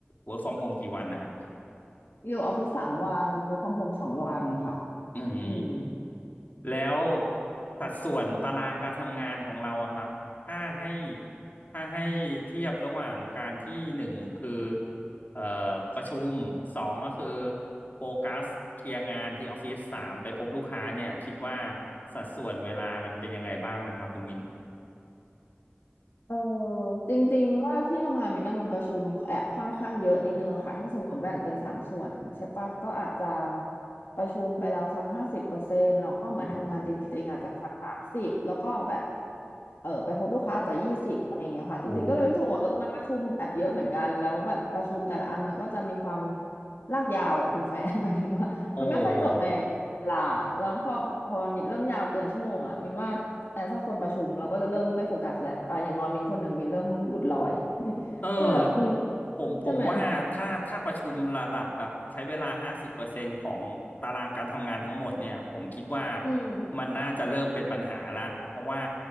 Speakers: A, on the left; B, on the left.
A: work from home กี่วันนะฮะ
B: อยู่ออฟฟิศสามวัน work from home สองวันค่ะ
A: อืม
B: อืม
A: แล้วสัดส่วนตารางการทำงานของเราอะครับถ้าให้ถ้าให้เทียบระหว่างการที่หนึ่งคือเอ่อประชุมสองก็คือโฟกัสเคลียร์งานที่ออฟฟิศสามไปพบลูกค้าเนี่ยคิดว่าสัดส่วนเวลามันเป็นยังไงบ้างนะครับคุณมิ้น
B: เออจริงๆมินว่าที่ทำงานมินน่ะมันประชุมแอบค่อนข้างเยอะนิดนึงอะค่ะถ้าสมมติแบ่งเป็นสามส่วนใช่ปะก็อาจจะประชุมไปแล้วสักห้าสิบเปอร์เซ็นต์แล้วก็เหมือนทำงานจริงๆอาจจะสักสามสิบแล้วก็แบบ
A: โอ้
B: เออไปพบลูกค้าอาจจะยี่สิบอะไรอย่างเงี้ยค่ะจริงๆก็เลยรู้สึกว่าเออมันประชุมแอบเยอะเหมือนกันแล้วแบบประชุมแต่ละอันมันก็จะมีความ
A: โหโอ้
B: ลากยาวอ่ะคุณแฟน <laughs> หมายถึงว่ามันไม่ค่อยจบใน
A: โอ้
B: เวลาแล้วพอเหมือนพอมันเริ่มยาวเกินชั่วโมงอ่ะมินว่า แอบถ้าคนประชุมเราก็จะเริ่มไม่โฟกัสแล้วอ่ะอย่างน้อยมินคนหนึ่งมินเริ่มหลุดลอย <laughs>
A: เออ
B: ก็เลยแบบอืม
A: ผมผมว่าถ้าถ้าประชุมระดับแบบใช้เวลาห้าสิบเปอร์เซ็นต์ของตารางการทำงานทั้งหมดเนี่ยผมคิดว่า
B: ใช่ไหมอืม
A: มันน่าจะเริ่มเป็นปัญหาละเพราะว่า